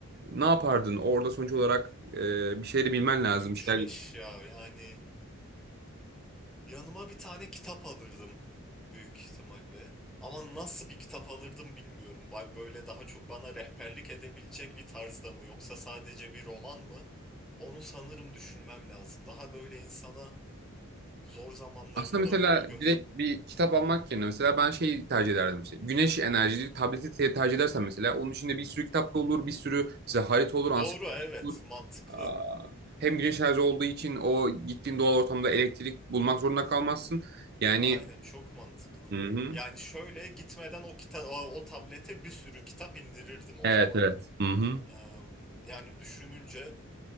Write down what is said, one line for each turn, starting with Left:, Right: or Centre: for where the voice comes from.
Right: ne yapardın? Orada sonuç olarak e, bir şeyleri bilmen lazım.
Centre: Üç
Right: Bir şeyler...
Centre: eşya yani Yanıma bir tane kitap alırdım büyük ihtimalle. Ama nasıl bir kitap alırdım bilmiyorum. Bay- Böyle daha çok bana rehberlik edebilecek bir tarzda mı yoksa sadece bir roman mı? Onu sanırım düşünmem lazım. Daha böyle insana zor zamanlarında
Right: Aslında mesela
Centre: yol göz.
Right: direkt bir kitap almak yerine mesela ben şeyi tercih ederdim işte. Güneş enerjili tableti te- tercih edersen mesela onun içinde bir sürü kitap da olur, bir sürü işte harita olur, ansiklopedi
Centre: Doğru evet
Right: olur.
Centre: mantıklı.
Right: Aa, Hem güneş enerji olduğu için o gittiğin doğal ortamda elektrik bulmak zorunda kalmazsın. Yani
Centre: Aynen çok mantıklı.
Right: hı hı.
Centre: Yani şöyle gitmeden o kita o, o tablete bir sürü kitap indirirdim o
Right: Evet
Centre: zaman.
Right: evet. Hı hı.
Centre: Eee, yani düşününce